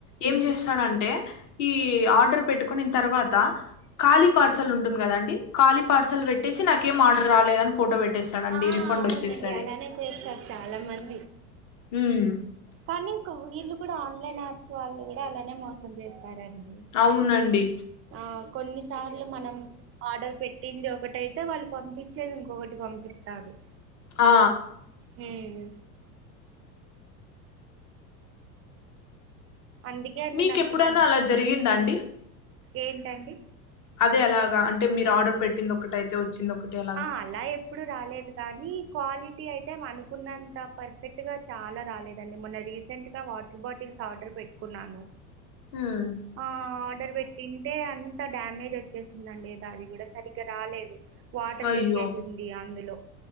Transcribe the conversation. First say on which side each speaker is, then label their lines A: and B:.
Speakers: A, on the left; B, on the right.
A: ఏం జేస్తాడంటే ఈ ఆర్డర్ పెట్టుకునిన్ తర్వాత కాళీ పార్సాల్ ఉంటుంది కదండి కాళీ పార్సాల్ పెట్టేసి నాకేమి ఆర్డర్ రాలేదని ఫోటో పె ట్టేస్తాడండి
B: ఆ
A: రిఫండ్
B: అవునండి
A: ఒచ్చేస్తది
B: అలానే చేస్తారు చాలా మంది
A: ఉమ్మ్
B: కానీ ఇంక్ వీళ్ళు కూడా ఆన్లైన్ ఆప్స్ వాళ్ళు గూడా అలానే మో సం చేస్తారండి
A: అవునండి
B: ఆ కొన్నిసార్లు మనం ఆర్డర్ పెట్టింది ఒకటైతే వాళ్ళు పంపిచ్చేది ఇంకొకటి పంపిస్తారు
A: ఆ
B: ఉమ్మ్ అందుకే అండి
A: మీకెప్పుడనా
B: నాకు ఈ మధ్య
A: అలా జరిగిందాండి
B: ఏంటండి
A: అదే అలాగా అంటే మీరు ఆర్డర్ పెట్టింది ఒకటైతే వ చ్చింది ఒకటి అ
B: ఆ అలా ఎ ప్పుడు రాలేదు కానీ క్వాలిటీ అయితే అనుకున్నంత పర్ఫెక్ట్‌గా చాలా రాలేదండి మొన్న రీసెంట్ గా వాటర్ బాటిల్స్ ఆర్డర్ పెట్టుకున్నాను
A: ఉమ్మ్
B: ఆ ఆర్డర్ పెట్టింటే అంత డ్యామేజ్ ఒచ్చేసిందండి ఏదా అది గూడా సరిగ్గా రాలేదు వాటర్
A: అయ్యో
B: లీకేజ్ ఉంది అందులో